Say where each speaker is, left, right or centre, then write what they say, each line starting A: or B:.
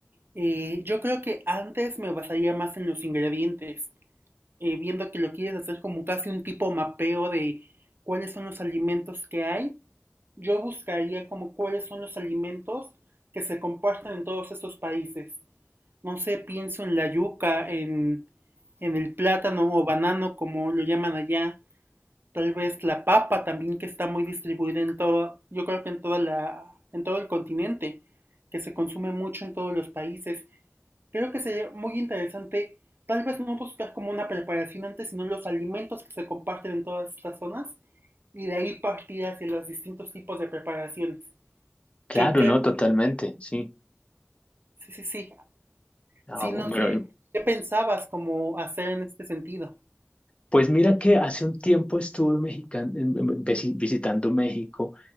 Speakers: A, on the right; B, on the left.
A: Eh, yo creo que antes me basaría más en los ingredientes, eh, viendo que lo quieres hacer como casi un tipo mapeo de cuáles son los alimentos que hay. Yo buscaría como cuáles son los alimentos que se comparten en todos estos países. No sé, pienso en la yuca, en, en el plátano o banano, como lo llaman allá. Tal vez la papa también que está muy distribuida en todo, yo creo que en toda la, en todo el continente, que se consume mucho en todos los países. Creo que sería muy interesante, tal vez no buscar como una preparación antes, sino los alimentos que se comparten en todas estas zonas y de ahí partir hacia los distintos tipos de preparaciones.
B: Claro,
A: Que creo,
B: no, totalmente, sí.
A: sí, sí, sí.
B: Ah,
A: Sí,
B: bueno,
A: no sé, ¿qué pensabas como hacer en este sentido?
B: Pues mira que hace un tiempo estuve mexican- em- em- visi- visitando México